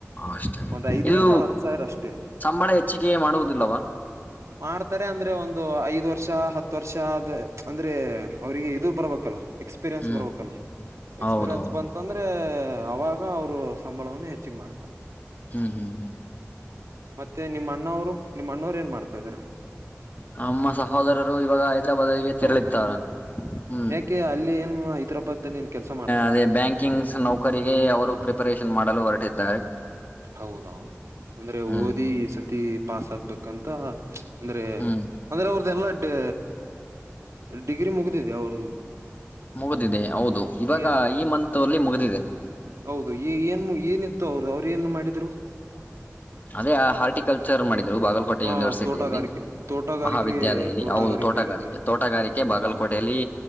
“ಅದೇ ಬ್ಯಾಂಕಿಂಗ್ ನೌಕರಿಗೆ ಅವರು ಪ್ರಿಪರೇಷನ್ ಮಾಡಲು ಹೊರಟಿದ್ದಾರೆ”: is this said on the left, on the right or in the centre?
Left